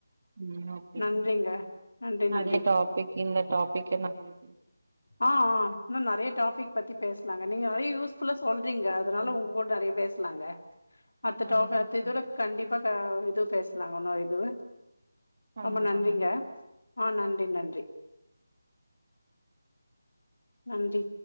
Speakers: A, on the right; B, on the left.
A: ம் ஓகே
B: நன்றிங்க
A: தோழ
B: நன்றி
A: நெறயா
B: நன்றி
A: டாபிக் இந்த டாபிக்க நெறயா பேஸ்
B: ஆ ஆ இன்னு நெறைய டாபிக் பத்தி பேசலாங்க நீங்க நெறைய யூஸ் ஃபுல்லா சொல்றீங்க அதுனால
A: நன்றி
B: உங்க கூட நிறையா பேசலாங்க அடுத்த
A: நன்றிங்க
B: டாப அடுத்த இததோட
A: நன்றி
B: கண்டிப்பா க இது பேசலாங்க இன்னோ இது
A: கண்டிப்பா
B: ரொம்ப நன்றிங்க
A: நன்றி
B: ஆ நன்றி நன்றி நன்றி